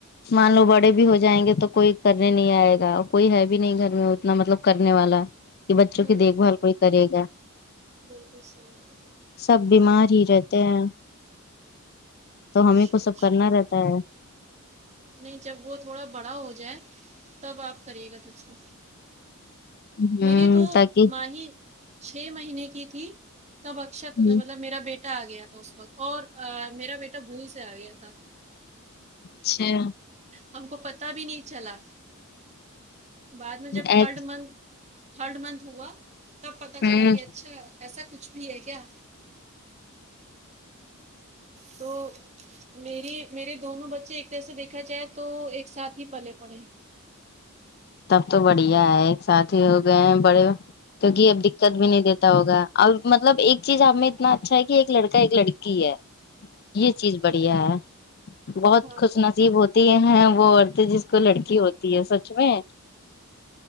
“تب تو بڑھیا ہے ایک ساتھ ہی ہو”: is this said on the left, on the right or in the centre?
Left